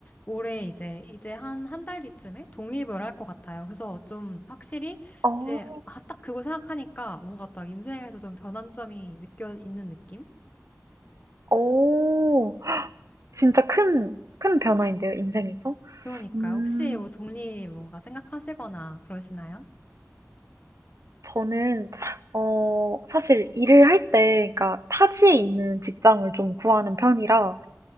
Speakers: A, on the left (about 30°); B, on the right (about 75°).
A: 올해 이제 이제 한 한 달 뒤쯤에 독립을 할 것 같아요. 그래서 좀 확실히
B: 어.
A: 이제 아, 딱 그거 생각하니까 뭔가 딱 인생에서 좀 변환점이 느껴 있는 느낌?
B: 오. 진짜 큰, 큰 변화인데요, 인생에서.
A: 그러니까
B: 음.
A: 혹시 뭐 독립 뭔가 생각하시거나 그러시나요?
B: 저는 어 사실 일을 할 때 그러니까 타지에 있는 직장을 좀 구하는 편이라